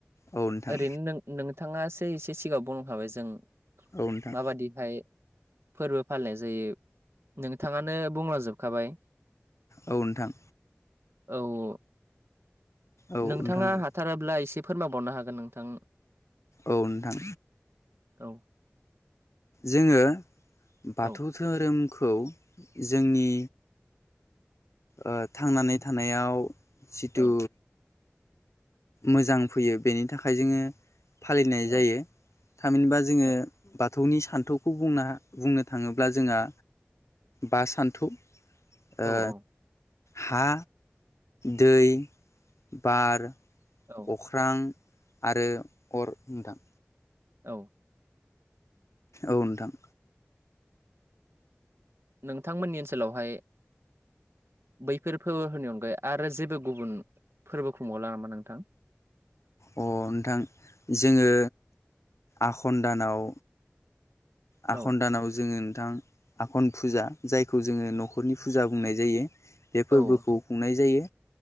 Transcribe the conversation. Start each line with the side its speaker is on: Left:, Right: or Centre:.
Left: औ नोंथां
Right: ओरैनो नों नोंथाङासो एसे सिगाङाव बुंखाबाय जों
Left: औ नोंथां
Right: माबादिहाय फोरबो फालिनाय जायो नोंथाङानो बुंलांजोबखाबाय।
Left: औ नोंथां।
Right: औ औ
Left: औ
Right: नोंथाङा
Left: नोंथां औ
Right: हाथाराब्ला एसे फोरमायबावनो हागोन नोंथां।
Left: औ नोंथां
Right: औ
Left: जोङो बाथौ
Right: औ
Left: धोरोमखौ जोंनि ओ थांनानै थानायाव जिथु
Right: औ
Left: मोजां फैयो बेनि थाखाय जोङो फालिनाय
Right: औ
Left: जायो। थामहिनबा जोङो
Right: औ
Left: बाथौनि सान्थौखौ बुंना बुंनो थाङोब्ला जोंहा बा सान्थौ ओ
Right: औ औ
Left: हा, दै बार,
Right: औ
Left: अख्रां आरो अर नोंथां।
Right: औ
Left: औ नोंथां
Right: नोंथांमोननि ओनसोलावहाय बैफोर फोरबोफोरनि अनगायै आरो जेबो गुबुन फोरबो खुंबावला नामा नोंथां?
Left: अ नोंथां जोङो आखन दानाव आखन
Right: औ
Left: दानाव जोङो थां आघन फुजा जायखौ जोङो न'खरनि फुजा बुंनाय जायो। बे
Right: औ
Left: फोरबोखौ खुंनाय जायो